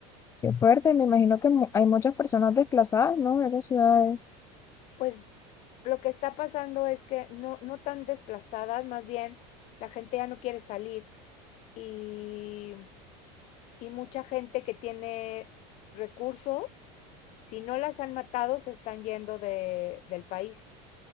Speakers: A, on the left; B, on the left.
A: qué fuerte. Me imagino que mu- hay muchas personas desplazadas, ¿no? De esas ciudades.
B: Pues lo que está pasando es que no, no tan desplazadas, más bien la gente ya no quiere salir y, y mucha gente que tiene recursos, si no las han matado, se están yendo de, del país.